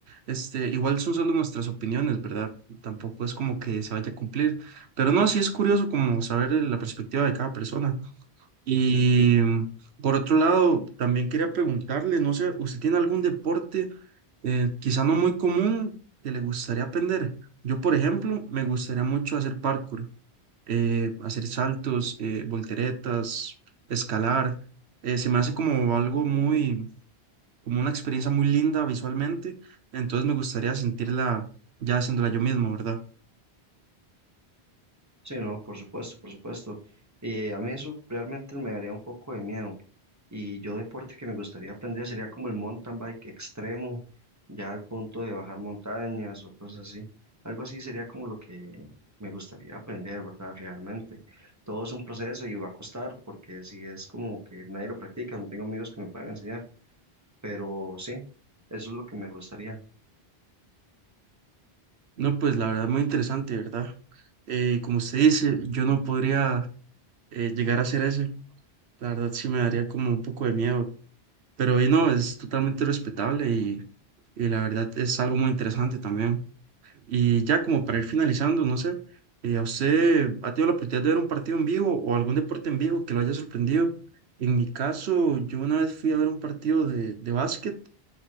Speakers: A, on the right; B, on the right.
A: Este, igual son solo nuestras opiniones, ¿verdad? Tampoco es como que se vaya a cumplir. Pero no, sí es curioso como saber eh, la perspectiva de cada persona. Y mm, por otro lado, también quería preguntarle, no sé, ¿usted tiene algún deporte eh, quizá no muy común que le gustaría aprender? Yo, por ejemplo, me gustaría mucho hacer parkour eh, hacer saltos, eh, volteretas, escalar. eh, se me hace como algo muy, como una experiencia muy linda visualmente, entonces me gustaría sentirla ya haciéndola yo mismo, ¿verdad?
B: Sí, no, por supuesto, por supuesto. Eh, a mí eso realmente me daría un poco de miedo. Y yo deporte que me gustaría aprender sería como el mountain bike extremo, ya al punto de bajar montañas o cosas así. Algo así sería como lo que me gustaría aprender, ¿verdad? Realmente. Todo es un proceso y va a costar porque si es como que nadie lo practica, no tengo amigos que me puedan enseñar Pero sí, eso es lo que me gustaría.
A: No, pues la verdad, muy interesante, ¿verdad? Eh, como usted dice, yo no podría eh, llegar a hacer eso, la verdad sí me daría como un poco de miedo, pero y no, es totalmente respetable y, y la verdad es algo muy interesante también. Y ya como para ir finalizando, no sé, eh, ¿a usted ha tenido la oportunidad de ver un partido en vivo o algún deporte en vivo que lo haya sorprendido? En mi caso, yo una vez fui a ver un partido de, de básquet